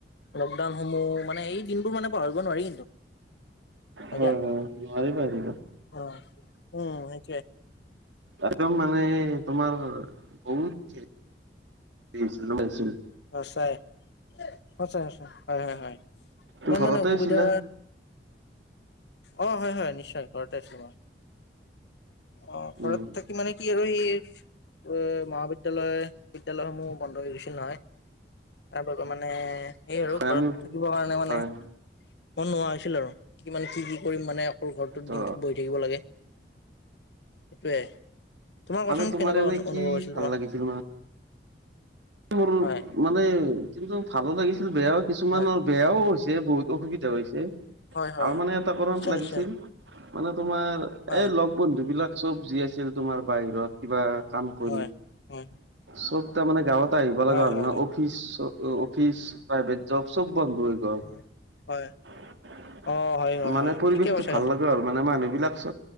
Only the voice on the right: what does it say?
হয় হয়
নোৱাৰিবা আহিব
একদম মানে তোমাৰ বহুত। <unintelligible>
তুমি
ঘৰতে
আছিলা
উম
হয়
আমি
হয়
অ
মানে
এনে কি
ভাল
লাগিছিল মানে মোৰ
মানে কিন্তু ভালো লাগিছিল বেয়াও কিছুমান
আৰু বেয়াও হৈছিল হৈছে বহুত অসুবিধা হৈছে
ভাল মানে এটা কৰত
লাগিছিল
মানে তোমাৰ
এই লগ বন্ধু বিলাক চব যি আছিল তোমাৰ বাহিৰত কিবা কাম কৰি
চব তাৰ মানে গাঁৱত <unintelligible> <unintelligible>
মানে
পৰিৱেশটো
ভাল
লগা আৰু মানে মানুহ বিলাক চব